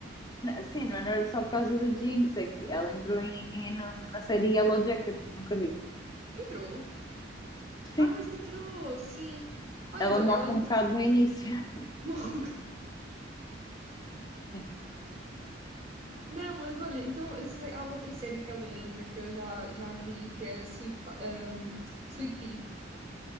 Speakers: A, on the left; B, on the right.
A: sim, não era só por causa da Jinx, é que ela entrou em, em- na série Yellow Jacket, nunca viste?
B: Entrou.
A: Sim.
B: Ah, pois entrou, sim. Olha,
A: Ela
B: então,
A: morre
B: ela ent-
A: um bocado no início.
B: <laughs> morre um
A: <laughs>
B: Não, mas olha, então eu sei- há outra série que ela entra que eu já, já vi, que é Sweet, Pa- um, Sweet Pea.